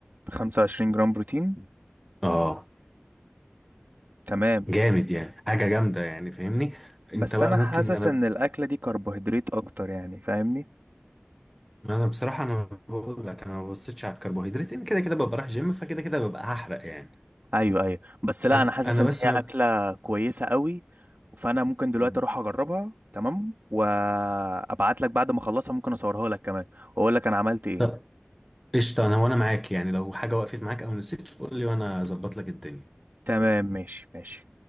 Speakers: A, on the right; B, in the centre.
A: 25 جرام بروتين
B: اه
A: تمام
B: جامد يعني حاجة جامدة يعني فاهمني انت
A: بس
B: بقى
A: أنا
B: ممكن
A: حاسس
B: انا
A: إن الأكلة دي كربوهيدرات أكتر يعني فاهمني
B: انا بصراحه انا بقول لك انا ما ببصيتش على الكربوهيدرات لان كده كده ببقى رايح جيم فكده كده ببقى هحرق يعني
A: ايوه ايوه بس لا
B: انا
A: انا حاسس
B: انا
A: ان
B: بس
A: هي
B: ما
A: اكله كويسه قوي فانا ممكن دلوقتي
B: ب-
A: اروح اجربها تمام وابعت لك بعد ما اخلصها ممكن اصورها لك كمان واقول لك انا عملت ايه
B: طب قشطه انا وانا معاك يعني لو حاجه وقفت معاك او نسيت قول لي وانا اظبط لك الدنيا
A: تمام ماشي ماشي